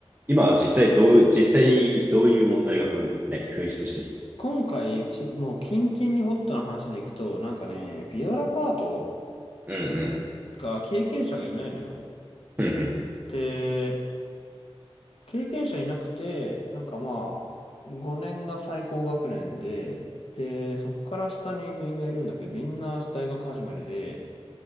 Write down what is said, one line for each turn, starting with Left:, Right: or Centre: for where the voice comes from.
Right: 今は実際どう、実際にどういう問題がふん、何、噴出してきてる
Left: 今回、ち、もうキンキンにホットな話でいくと、なんかね、ビオラパート
Right: うん、
Left: が経験者がいないのよ。
Right: うん、うん、
Left: で、経験者いなくて、なんかまあ、5年が最高学年で、で、そこから下に部員がいるんだけど、みんな大学始まりで、